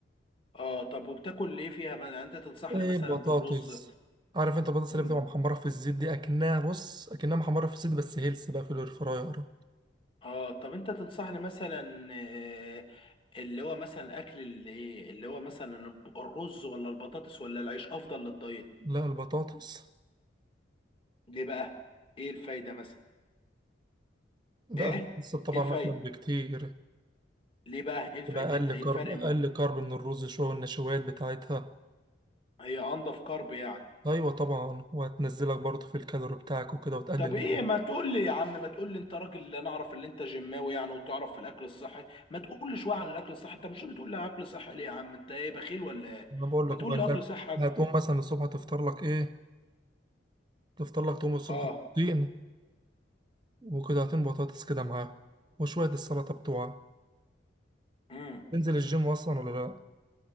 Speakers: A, on the left (about 25°); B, on the right (about 25°).
A: اه طب وبتاكل ايه فيها بقى يعني؟ انت تنصحني
B: ايه
A: مثلا
B: بطاطس
A: بالرز
B: عارف انت البطاطس
A: امم
B: اللي بتبقى محمره في الزيت دي اكنها بص اكنها محمره في الزيت بس هيلث بقى في الاير فراير
A: اه طب انت تنصحني مثلا آه، اللي هو مثلا اكل اللي ايه اللي هو مثلا الب- الرز ولا البطاطس ولا العيش افضل للدايت
B: لا البطاطس
A: ليه بقى ايه الفايدة مثلا
B: لا
A: ايه
B: البطاطس طبعا
A: ايه الفايدة
B: أجمد بكتير
A: ليه بقى ايه فايدتها
B: تبقى أقل كارب
A: ايه الفرق
B: أقل كارب من الرز شوية النشويات بتاعتها
A: هي انضف كارب يعني
B: أيوة طبعا وهتنزلك برضه في الكالوري بتاعك وكده وتقلل
A: طب ايه
B: من
A: ما تقول لي يا عم ما تقول لي انت راجل اللي انا اعرف اللي انت جماوي يعني وتعرف في الاكل الصحي ما تقول لي شويه عن الاكل الصحي انت مش اللي تقول لي اكل صحي ليه يا عم انت ايه بخيل ولا ايه
B: أنا بقول
A: ما
B: لك
A: تقول
B: وبقى
A: لي
B: أنت
A: اكل صحي اكل
B: هتقوم مثلا الصبح تفطر لك إيه تفطر لك تقوم الصبح
A: اه
B: بيضتين وقطعتين بطاطس كده معاهم وشوية السلطة بتوعك
A: امم
B: تنزل الجيم أصلا ولا لأ؟